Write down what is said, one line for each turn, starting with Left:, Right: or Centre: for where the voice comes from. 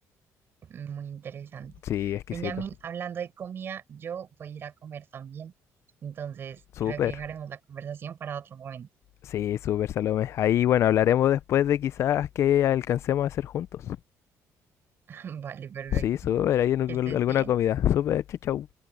Right: muy interesante.
Left: Sí, exquisito.
Right: Benjamín, hablando de comida, yo voy a ir a comer también, entonces
Left: Súper.
Right: creo que dejaremos la conversación para otro momento.
Left: Sí, súper, Salomé. Ahí, bueno, hablaremos después de quizás que alcancemos a hacer juntos.
Right: <laughs> Vale, perfecto,
Left: Sí, súper, ahí en algún-
Right: que estés
Left: alguna
Right: bien.
Left: comida. Súper, chau, chau.